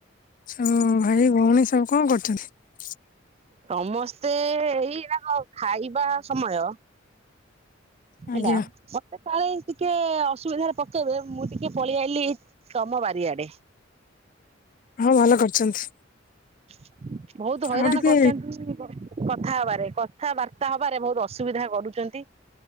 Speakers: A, on the left (about 45°); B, on the right (about 30°).
A: ସୁ ଭାଇ ଭଉଣୀ ସବୁ କଣ କରୁଛନ୍ତି।
B: ସମସ୍ତେ ଏଇନା ଖାଇବା ସମୟ।
A: ଆଜ୍ଞା
B: ହେଲା ମୋତେ କାଳେ ଟିକେ ଅସୁବିଧାରେ ପକେଇବେ। ମୁଁ ଟିକେ ପଳେଇ ଆଇଲି ତମ ବାରିଆଡେ।
A: ହଁ ଭଲ କରିଛନ୍ତି।
B: <inaudible> ବହୁତ ହଇରାଣ
A: ଆଉ ଟିକେ
B: କରୁଛନ୍ତି କଥା ହବାରେ। କ କଥାବାର୍ତ୍ତା ହବାରେ ବହୁତ ଅସୁବିଧା କରୁଛନ୍ତି।